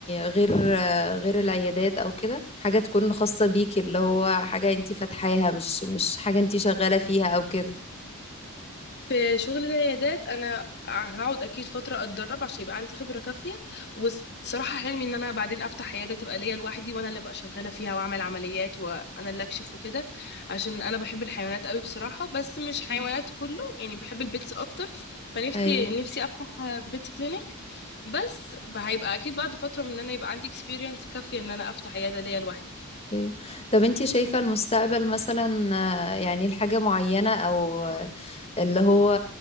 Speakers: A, on the left; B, on the left.
A: غير آه غير العيادات او كده حاجة تكون خاصة بيكي اللي هو حاجة انتي فاتحاها مش مش حاجة انتي شغالة فيها او كده
B: في شغل العيادات انا هقعد اكيد فتره اتدرب عشان يبقى عندي خبره كافيه والصراحه حلمي ان انا بعدين افتح عياده تبقى ليا لوحدي وانا اللي ابقى شغاله فيها واعمل عمليات وانا اللي اكشف وكده عشان انا بحب الحيوانات قوي بصراحه بس مش حيوانات
A: مم.
B: كله يعني بحب البيتس اكتر فنفسي
A: ايوه
B: نفسي افتح بيت كلينيك بس هيبقى اكيد بعد فتره من ان انا يبقى عندي اكسبيرينس كافيه ان انا افتح عياده ليا لوحدي
A: ايوه طب انتي شايفة المستقبل مثلا آه، يعني الحاجة معينة او آه، اللي هو